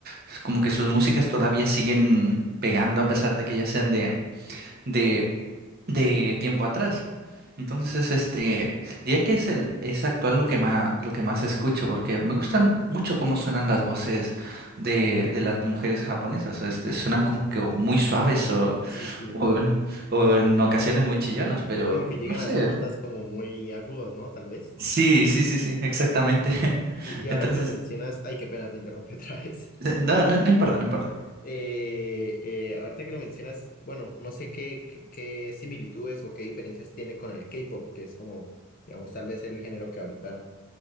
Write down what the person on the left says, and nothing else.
Sí,
sí, sí.
Como que llegan
a esas notas como muy agudas, ¿no? Tal vez.
Y, y ahora
que lo mencionas, ay, qué pena, te interrumpí <laughs> otra vez.
Eh, eh, ahorita que lo mencionas, bueno, no sé qué, qué, qué similitudes o qué diferencias tiene con el K-pop, que es como, digamos, tal vez el género que ahorita,